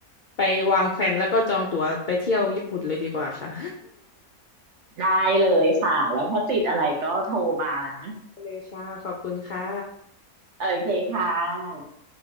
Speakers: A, on the left (about 60°); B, on the right (about 55°).
A: ไปวางแผนแล้วก็จองตั๋วไปเที่ยวญี่ปุ่นเลยดีกว่าค่ะ
B: ได้เลยค่ะแล้วถ้าติดอะไรก็โทรมานะ
A: <laughs> เลยค่ะขอบคุณค่ะ
B: โอเคค่ะ